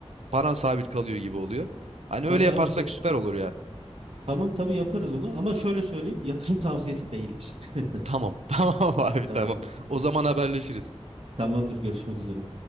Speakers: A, on the right (about 80°); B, on the right (about 65°).
A: paran sabit kalıyor gibi oluyor. Hani
B: Tabii
A: öyle yaparsak
B: abi tabii.
A: süper olur ya.
B: Tamam tabii yaparız onu ama şöyle söyleyeyim yatırım tavsiyesi değildir. <laughs>
A: Tamam, <laughs> tamam abi
B: Tamamdır.
A: tamam. O zaman haberleşiriz.
B: Tamamdır görüşmek üzere.